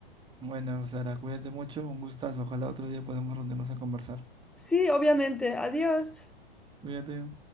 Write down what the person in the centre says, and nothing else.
Sí, obviamente. Adiós.